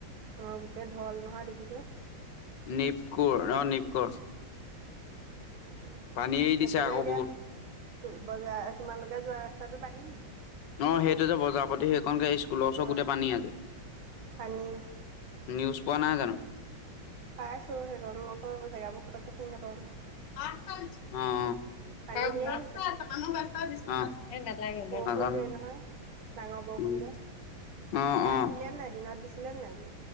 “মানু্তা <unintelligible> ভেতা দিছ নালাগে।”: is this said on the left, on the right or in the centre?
Left